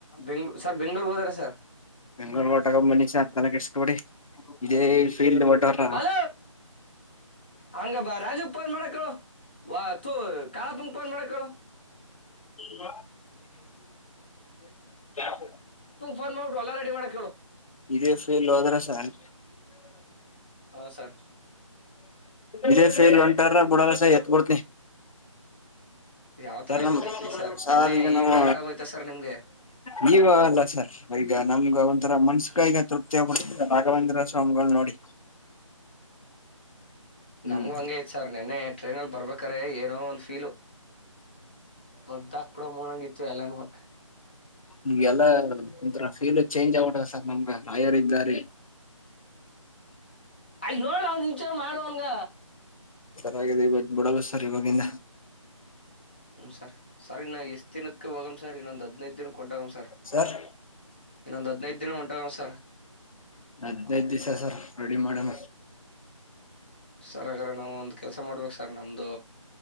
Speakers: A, on the left; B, on the left.
A: ಬೆಂಗ್ಳೂ ಸರ್ ಬೆಂಗ್ಳೂರ್ ಹೋದಾರ ಸರ್
B: ಬೆಂಗ್ಗಳೂರ್ ಟಗಂಬನಿ ಸರ್ ತಲೆ ಕೆಡಿಸ್ಕಬೇಡಿ ಇದೇ ಫೀಲ್ಡ್ ಹೊಟಾರ
A: ಬಾಲ ಹಂಗಬಾ ರಾಜುಪ್ಪ ಏನ್ ಮಾಡಕ್ಕಳು ವ ತ ಕಾಳ ತುಂಪನ್ ಮಾಡಕಳು
B: ಹ <inaudible>
A: ಫನ್ ಮಾಡ್ಿಡ್ಡು ಅಲ್ಲ ರೆಡಿ ಮಾಡಕೇಳು
B: ಇದೇ ಫೇಲ್ ಹೋದ್ರ ಸಾರ್
A: ಹಾ ಸರ್
B: ಇದೇ ಫೇಲ್ ಹೊಂಟಾರ ಬಿುಡಲ್ಲಸ ಎತ್ಬಡ್ತನಿ
A: ಯಾವ ತರ
B: ಎ
A: ಆಯ್ತಿದ್ದು ಫೀಲ್ ಸರ್
B: ಸಾರ್
A: ನಿನ್ನೆ
B: ಈಗ ನಾವು
A: ಹೊರಟ ಆಗೋಯ್ತಾ ಸರ್ ನಿಮ್ಗೆ
B: ಜೀವ ಅಲ್ಲ ಸಾರ್ ಈ ನಮ್ಗ ಒಂಥರ ಮನ್ಸ ಕೈಗೆ ತೃಪ್ತಿಯೋಗಬಡ್ತ ರಾಘವೇಂದ್ರ ಸ್ವಾಮಿಗಳು ನೋಡಿ ಹ್ಮ್
A: ನಮ್ಗು ಹಂಗೇ ತ್ ಸರ್ ನಿನ್ನೆ ಟ್ರೈನಲ್ಲಿ ಬರ್ಬೇಕ್ರೆ ಏನೋ ಒಂದ್ ಫೀಲು ಬದಾಕ್ ಬಿಡೋ ಮೂನ್ಂಗ ಇತ್ತು ಎಲ್ಲಾನೂವೆ
B: ನಿಮಗೆಲ್ಲ ಒಥರ ಫೀಲ್ ಚೇಂಜ್ ಆಗ್ಟದ ಸರ್ ನಮ್ಗೆ ಲಾಯರ್ ಇದ್ದಾರೆ
A: ಅಯ್ ನೋಡ ಅವನ್ ಒಂಚೂರು ಮಾಡವನ್ಗ
B: ರಾಗಿದೆ ಈ ಬ ಬುಡ ಬಸರ್ ಇವಾಗಿಂದ
A: ಹ್ಮ ಸರ್ ಸರ್ ಇನ್ನ ಎಷ್ಟ್ ದಿನಕ್ಕೆ ಹೋಗಮ್ ಸರ್ ಇನ್ನೊಂದ್ ಹದ್ನೈದ್ ದಿನಕ್ಕೆ ಹೊಂಟೋಗಮ್
B: ಸರ್
A: ಇನ್ನೊಂದ್ ಹದ್ನೈದ್ ದಿನ ಹೊಂಟೋಗಮ್ ಸರ್
B: ಹದ್ನೈದು ದಿವ್ಸ ಸರ್ ರೆಡಿ ಮಾಡ <inaudible>
A: ಸರ್ ಹಾಗ್ರ ನಾವು ಒಂದ ಕೆಲ್ಸ ಮಾಡ್ಬೇಕು ಸರ್ ನಮ್ದು